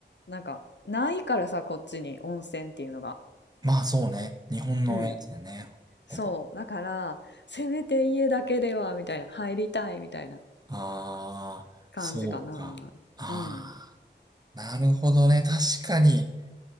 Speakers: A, on the left (about 70°); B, on the right (about 20°).
A: なんかないからさこっちに温泉っていうのが
B: まあそうね。日本のやつやね。
A: うんそうだからせめて家だけではみたいな入りたいみたいな
B: ほぼ。ああ、
A: 感じかな
B: そうか。ああ、
A: うん
B: なるほどね。確かに、